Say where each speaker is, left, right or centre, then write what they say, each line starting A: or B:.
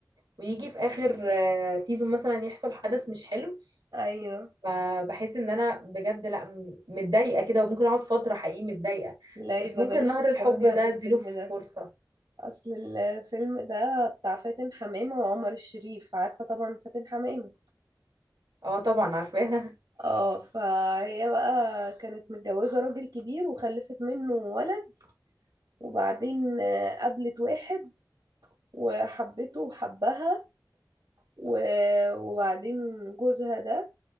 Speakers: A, on the right; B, on the right.
A: ويجي في آخر آه، سيزون مثلا يحصل حدث مش حلو
B: ايوه
A: فبحس إن أنا بجد لأ م- متضايقة كده وممكن أقعد فترة حقيقي متضايقة
B: لا
A: بس
B: يبقى
A: ممكن
B: بلاش
A: نهر
B: تتفرجي
A: الحب ده
B: عن الفيلم
A: أديله
B: ده
A: فرصة
B: اصل الفيلم ده بتاع فاتن حمامة وعمر الشريف عارفة طبعا فاتن حمامة
A: اه طبعا عارفاها
B: اه فهي بقى كانت متجوزة راجل كبير وخلفت منه ولد وبعدين آه، قابلت واحد وحبته وحبها و- وبعدين جوزها ده